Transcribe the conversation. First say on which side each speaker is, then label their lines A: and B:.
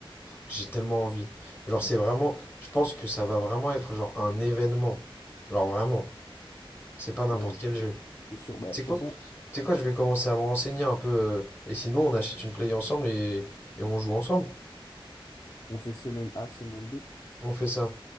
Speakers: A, on the left; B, on the left.
A: J'ai tellement envie. Genre, c'est vraiment. Je pense que ça va vraiment être genre un événement. Genre, vraiment. C'est pas n'importe
B: Ouais, ouais.
A: quel jeu.
B: C'est sûr. Bah,
A: Tu
B: de toute
A: sais quoi?
B: façon,
A: Tu sais quoi? Je vais commencer à me renseigner un peu. euh, et sinon, on achète une play ensemble et, et on joue ensemble.
B: on fait semaine A, semaine B.
A: On fait ça.